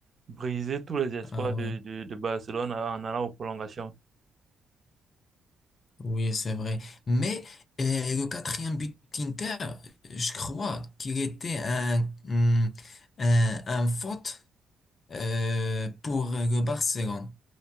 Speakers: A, on the right; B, on the left.
A: brisé tous les espoirs
B: Ah oui,
A: de, de, de Barcelone en allant aux prolongations.
B: oui, c'est vrai. Mais euh, le quatrième but d'Inter, je crois qu'il était un, hum, un, un faute euh, pour le Barcelone